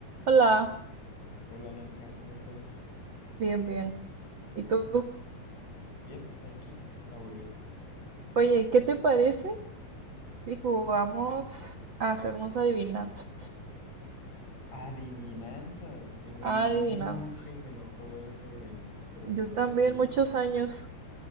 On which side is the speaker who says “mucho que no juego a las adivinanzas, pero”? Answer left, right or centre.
Left